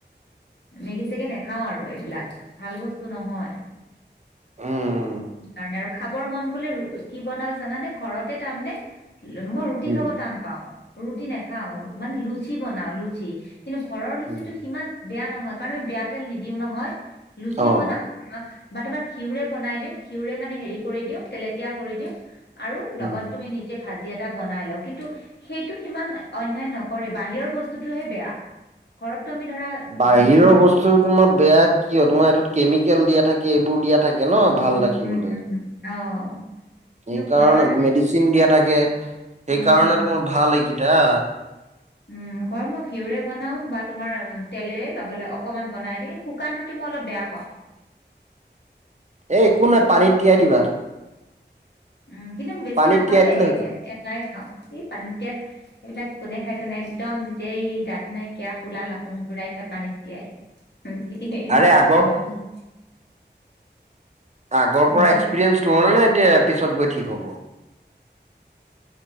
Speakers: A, on the left (about 70°); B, on the right (about 40°).
A: মেগী চেগী নাখাওঁ আৰু এইবিলাক ভাল বস্তু নহয়
B: উম
A: কাৰণে আৰু খাবৰ মন গ'লে কি বনাও জানানে ঘৰতে তাৰ মানে মই ৰুটি
B: উম
A: খাব টান পাও ৰুটি নাখাও মানে লুচি বনাওঁ লুচি কিন্তু ঘৰৰ লুচিটো
B: উম
A: সিমান বেয়া নহয় কাৰণ আমি বেয়া তেল নিদিও নহয় লুচি
B: অ।
A: বনাম অ বা তোমাৰ ঘিউৰে বনাই দিওঁ ঘিউৰে মানে হেৰি কৰি দিওঁ তেলেতীয়া কৰি দিওঁ আৰু
B: উম।
A: লগত তুমি নিজে ভাজি এটা বনাই লওঁ কিন্তু সেইটো সিমান অন্যায় নকৰে বাহিৰৰ বস্তুটো হে বেয়া ঘৰতটো আমি ধৰা
B: বাহিৰৰ
A: হেৰি নকৰো
B: বস্তু তোমাৰ বেয়া কিয় তোমাৰ এইটোত কেমিকেল দিয়া থাকে এইবোৰ দিয়া থাকে ন
A: উম
B: ভাল
A: উম
B: ৰাখিবলৈ
A: উম অ কিন্তু
B: সেইকাৰণে
A: ঘৰৰ তাৰমানে
B: মেডিচিন দিয়া থাকে সেইকাৰণে
A: উম
B: তোমাৰ ভাল এইকেইটা
A: উম ঘৰত মই ঘিউৰে বনাও বা তোমাৰ তেলেৰে লগে লগে অকমান বনাই দি কিন্তু শুকান ৰুট ৰুটি অলপ বেয়া পাওঁ
B: এ একো নাই পানীত তিয়াই দিবা
A: উম কিন্তু বেছি
B: পানীত
A: নাখাওঁ
B: তিয়াই
A: দেই
B: দিলে হৈ যাব
A: এটাই খাওঁ সেই পানীত তিয়া সেইবিলাক কোনে খাই জানে একদম যেতিয়াই দাঁত নাইকিয়া শোলা লাপুং গুৰাই খাই পানী তিয়াই <unintelligible>
B: আৰে আগৰ আগৰ
A: এনেকে
B: পৰা এক্সপিৰিয়েঞ্চ
A: খাওঁ
B: ল'লে নে এতিয়া পিছত গৈ ঠিক হ'ব